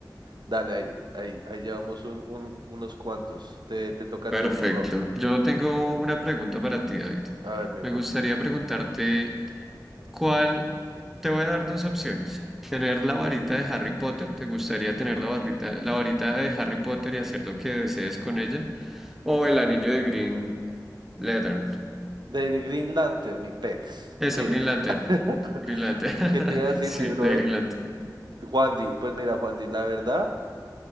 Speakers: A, on the right; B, in the centre.
A: Dale, ahí, ahí, ahí llevamos un, un- unos cuantos. Te, te toca
B: Perfecto.
A: a ti, mi bro.
B: Yo tengo una pregunta para ti, David.
A: A ver, mi
B: Me
A: bro.
B: gustaría preguntarte cuál, te voy a dar dos opciones. Tener la varita de Harry Potter, ¿te gustaría tener la varita, la varita de Harry Potter y hacer lo que desees con ella? O el anillo de Green Lantern.
A: De Green Lantern, mi pex.
B: Eso,
A: Mire,
B: Green Lantern.
A: <laughs>
B: Green Lantern. <laughs>
A: ¿qué te iba a decir,
B: Sí,
A: mi brother?
B: de Green Lantern.
A: Juandi, pues mira, Juandi, la verdad,